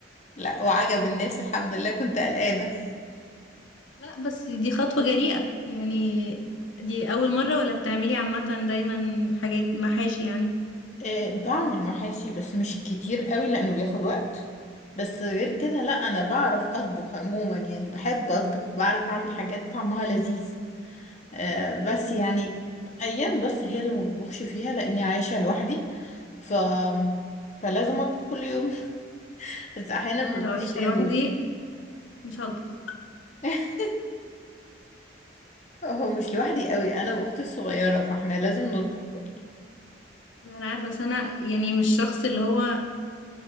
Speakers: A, on the left (about 40°); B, on the left (about 85°).
A: لا وعجب الناس الحمد لله كنت قلقانة
B: لا بس دي خطوة جريئة يعني دي أول مرة ولا بتعملي عامة دايما حاجات محاشي يعني
A: آه، بعمل محاشي بس مش كتير قوي لأنه بياخد وقت بس غير
B: مم.
A: كده لا أنا بعرف أطبخ عموما يعني بحب أطبخ بعرف أعمل حاجات طعمها لذيذ آه، بس يعني أيام بس هي اللي ما بطبخش فيها لأني عايشة لوحدي ف فلازم أطبخ كل يوم بس احيانا ما
B: انا
A: بيبقاش
B: لو عايشة
A: ليا
B: لوحدي
A: مود
B: مش هطبخ
A: <laughs> هو مش لوحدي قوي انا واختي الصغيره فاحنا لازم نطبخ برضه
B: لا انا عارفه بس انا يعني مش شخص اللي هو